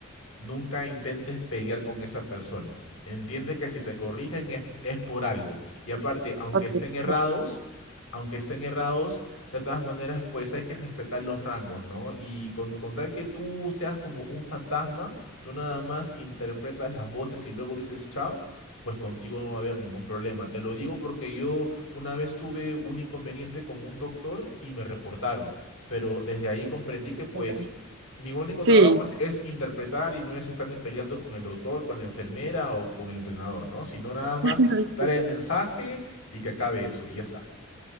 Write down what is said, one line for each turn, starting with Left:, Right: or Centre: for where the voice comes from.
Left: Nunca intentes pelear con esa persona. Entiende que si te corrigen es, es por algo. Y aparte, aunque
Right: Ok,
Left: estén errados,
Right: perfecto.
Left: aunque estén errados, de todas maneras, pues hay que respetar los rangos, ¿no? Y con, con tal que tú seas como un fantasma, tú nada más interpretas las voces y luego dices chao, pues contigo no va a haber ningún problema. Te lo digo porque yo una vez tuve un inconveniente con un doctor y me reportaron, pero desde ahí comprendí que
Right: Está
Left: pues
Right: bien.
Left: mi único
Right: Sí.
Left: trabajo es, es interpretar y no es estarme peleando con el doctor, con la enfermera o con el entrenador, ¿no? Sino nada más
Right: <laughs>
Left: dar el mensaje y que acabe eso y ya está.